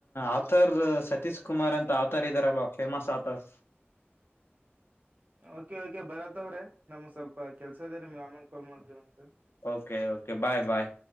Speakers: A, on the left; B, on the right.
A: ಆಥರ್ ಸತೀಶ್ ಕುಮಾರ್ ಅಂತ ಆಥರ್ ಇದಾರಲ್ವ ಫೇಮಸ್ ಆಥರ್
B: ಓಕೆಓಕೆ ನಮಗೇ ಸ್ವಲ್ ಕೆಲ್ಸದದೆ ನಿಮ್ಗೆ ಆಮೇಲೆ ಕಲ್ ಮಾಡ್ತೀವಿ
A: ಓಕೆ ಓಕೆ ಬಾಯ್ ಬಾಯ್